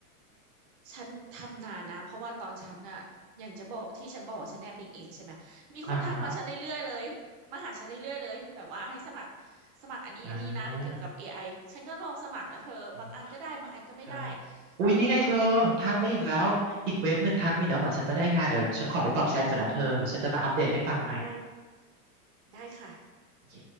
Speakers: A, on the right; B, on the right.
A: ฉันทำนานนะเพราะว่าตอนฉันอะอย่างจะบอกที่ฉันบอกว่าฉันแนบลิงก์อินใช่ไหมมีคนทักมาฉันเรื่อยๆเลยมาหาฉันเรื่อยๆเลยแบบว่าให้สมัคร
B: อ่าฮะ
A: สมัครอันนี้อันนี้นะไปเกี่ยวกับ
B: อ่า
A: AI ฉันก็ลองสมัครนะเธอบางอันก็ได้บางอันก็ไม่ได้
B: อืมใช่ อุ้ยนี่ไงเธอทักมาอีกแล้ว
A: เออใช่
B: อีกเว็บหนึ่งทักมาอีกแล้วเหมือนฉันจะได้งานเดี๋ยวฉันขอไปตอบแชทก่อนนะเธอเดี๋ยวฉันจะมาอัปเดตให้ฟังใหม่
A: เออได้ได้ค่ะ
B: โอเค